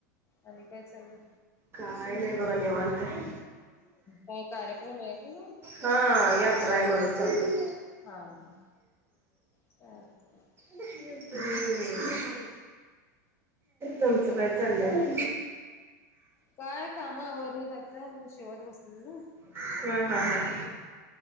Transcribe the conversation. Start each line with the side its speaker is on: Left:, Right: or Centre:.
Left: आणि काय चाललंय?
Right: काय नाय बघा निवांत आहे.
Left: काय कार्यक्रम आहे का
Right: हा, यात्रा आहे म्हणून चाललोय.
Left: हा हा चालतंय.
Right: हम्म, तुमचं काय चाललंय?
Left: काय काम आवरलीत आता, म्हणून शिवत बसलेलो.
Right: हा हा हा.